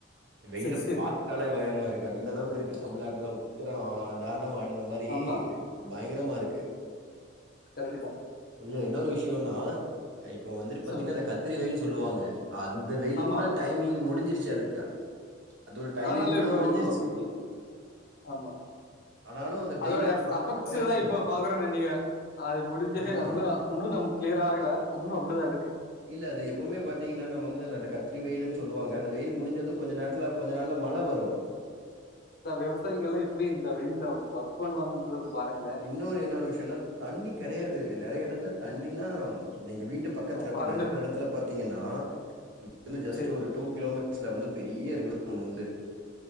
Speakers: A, on the right; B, on the left.
A: வெயில
B: சரி சரி
A: பாத்தாலே பயமா இருக்கு அந்த அளவுக்கு தமிழ்நாடுலாம் ருத்றோ தாண்டவம் ஆடுன மாரி
B: ஆமா
A: பயங்கரமா இருக்கு
B: கரெக்ட் தான்
A: இல்ல இன்னொரு விஷயம்னா அ இப்போ வந்துட்டு பாத்தீங்கன்னா
B: சொல்லுங்க
A: இந்த கத் கத்ரி வெயில்னு சொல்லுவாங்க அந்த வெயில்
B: ஆமா
A: கூட டைமிங் முடிஞ்சிருச்சு அதுக்கா அது ஒரு டைமிங்
B: ஆனாலும்
A: கூட
B: இப்ப
A: முடிஞ்சிருச்சு
B: ஒன்னும் ஆமா
A: ஆனாலும் அந்த
B: அதோட
A: வெயிலோட
B: எஃப்
A: தாக்கம்
B: அஃபெக்ட்ஸ்
A: குறையும்ல
B: தா இப்போ பாக்குறோம்னு நெனைக்கிறே அது முடிஞ்சு
A: ஆமா
B: ஒன்னு உன்னு நம் கிளியர் ஆகல இன்னு அப்படிதா இருக்கு
A: இல்ல அது எப்பவுமே பாத்தீங்கன்னா நம்ம வந்து அ அந்த கத்திரி வெய்யில்ன்னு சொல்லுவாங்க அந்த வெயில் முடிஞ்சது கொஞ்ச நேரத்துல கொஞ்ச நாள்ல மழ வரு
B: இந்தா விவசாயிங்கல்லா எப்டி இந்த வெயில்ல ஒர்க் பண்ணுவாங்கன்றதுல பாருங்களே
A: இன்னோரு என்ன ஒரு விஷியனா தண்ணி கெடையாது நெறைய எடத்துல தண்ணில்லா எங்க வீட்டு பக்கத்துல இப்ப
B: வறண்டு
A: நா ருக்கிற எடத்துல பாத்தீங்கன்னா <inaudible> ஜஸ்ட்டு
B: சரி
A: ஒரு டூ கிலோமீ ஆக்சுவலா வந்து பெரிய ரிவ <inaudible> ஒண்ணு உண்டு